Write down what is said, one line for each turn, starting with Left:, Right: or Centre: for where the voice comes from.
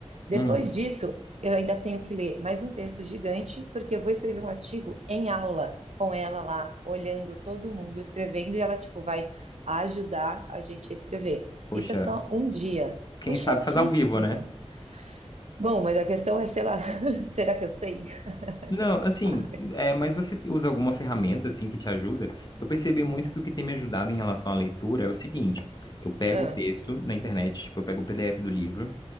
Right: Depois
Left: Uhum.
Right: disso, eu ainda tenho que ler mais um texto gigante, porque eu vou escrever um artigo em aula com ela lá, olhando todo mundo escrevendo, e ela, tipo, vai ajudar a gente a escrever.
Left: Poxa,
Right: Isso é só um dia.
Left: quem
Right: Puxadíssimo,
Left: sabe faz ao vivo, né?
Right: velho. Bom, mas a questão é, sei lá, <laughs> será que eu sei?
Left: Não,
Right: <laughs>
Left: assim,
Right: Sabe?
Left: é, mas você usa alguma ferramenta assim que te ajuda? Eu percebi muito que o que tem me ajudado em relação à leitura é o seguinte: eu pego
Right: Ah,
Left: o texto na internet, tipo, eu pego o PDF do livro,